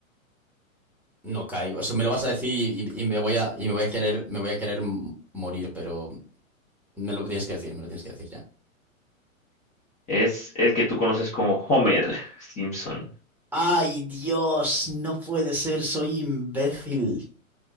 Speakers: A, in the centre; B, on the left.
A: No caigo. Eso me lo vas a decir y, y me voy a, y me voy a querer, me voy a querer m- morir, pero me lo tienes que decir, me lo tienes que decir ya.
B: Es el que tú conoces como Homer Simpson.
A: Ay, Dios, no puede ser, soy imbécil.